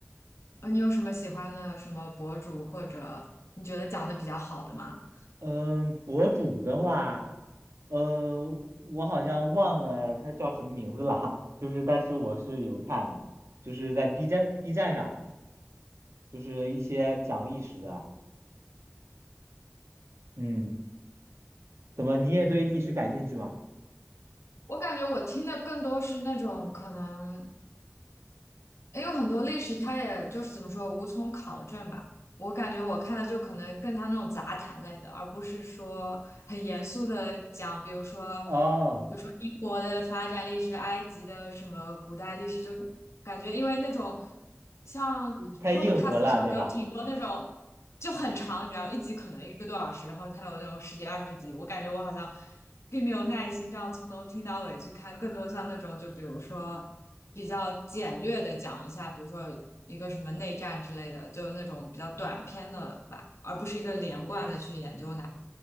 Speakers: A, on the left; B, on the right.
A: 呃，你有什么喜欢的什么博主或者你觉得讲的比较好的吗？
B: 嗯，博主的话，呃，我好像忘了他叫什么名字了，<laughs> 就是但是我是有看的，就是在 B 站 B 站上，就是一些讲历史的。嗯，怎么你也对历史感兴趣吗？
A: 我感觉我听的更多是那种可能也有很多历史，它也就是怎么说，无从考证吧。我感觉我看的就可能更像那种杂谈类的，而不是说很严肃的讲，比如说。
B: 哦，
A: 比如说英国的发展历史、埃及的什么古代历史，就感觉因为那种像
B: 太硬核了，
A: podcast 上有挺多那种就很长，
B: 对吧？
A: 你知道，一集可能一个多小时，然后它有那种十几二十集，我感觉我好像并没有耐心这样从头听到尾去看，更多像那种就比如说比较简略的讲一下，比如说一个什么内战之类的，就那种比较短篇的吧，而不是一个连贯的去研究它。